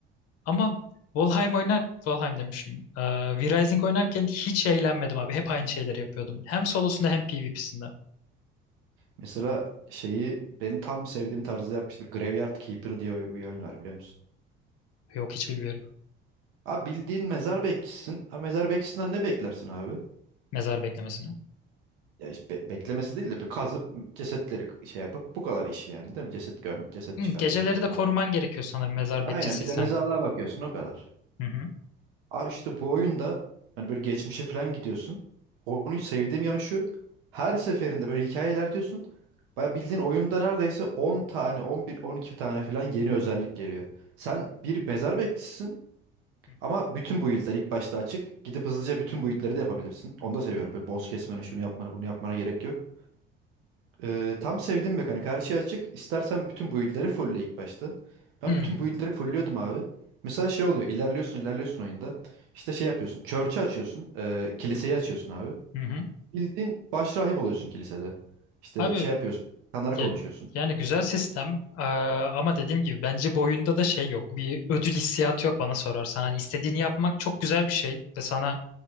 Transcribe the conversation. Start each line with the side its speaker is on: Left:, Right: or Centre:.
Left: Ama Valheim oynar, Valheim demişim. Ee, V-Rising oynarken hiç eğlenmedim abi. Hep aynı şeyleri yapıyordum. Hem solosunda hem PvP'sinde.
Right: Mesela şeyi benim tam sevdiğim tarzda yapmıştım. Graveyard Keeper diye bir oyun var biliyor musun?
Left: Yok hiç bilmiyorum.
Right: Abi bildiğin mezar bekçisisin. Ha mezar bekçisinden ne beklersin abi?
Left: Mezar beklemesine.
Right: Ya işte be- beklemesi değil de bir kazıp cesetleri k- şey yapıp bu kadar işi yani değil mi? Ceset göm, ceset
Left: Hı,
Right: çıkar,
Left: geceleri
Right: ceset göm.
Left: de koruman gerekiyor sanırım mezar
Right: Aynen
Left: bekçisiysen.
Right: bir de mezarlığa bakıyorsun o kadar.
Left: Hı hı.
Right: Abi işte bu oyunda hani böyle geçmişe falan gidiyorsun. Oyunu sevdiğim yanı şu. Her seferinde böyle hikaye ilerliyorsun. Baya bildiğin oyunda neredeyse 10 tane, 11, 12 tane falan yeni özellik geliyor. Sen bir mezar bekçisisin
Left: Hı
Right: ama bütün build'ler ilk başta açık. Gidip hızlıca bütün build'leri de yapabilirsin. Onu da seviyorum. Böyle boss kesmene, şunu yapmana, bunu yapmana gerek yok. Ee, tam sevdim mekanik. Her şey açık. İstersen bütün build'leri fullle ilk başta. Ben
Left: hı.
Right: bütün build'leri fullliyordum abi. Mesela şey oluyor. ilerliyorsun ilerliyorsun oyunda. İşte şey yapıyorsun. Church'ı açıyorsun. ee, kiliseyi açıyorsun abi.
Left: Hı hı.
Right: Bildiğin başrahip oluyorsun kilisede. İşte
Left: Abi
Right: şey yapıyorsun. İnsanlara konuşuyorsun.
Left: Ya- Yani güzel sistem Ee, ama dediğim gibi bence bu oyunda da şey yok. Bir ödül hissiyatı yok bana sorarsan. Hani istediğini yapmak çok güzel bir şey ve sana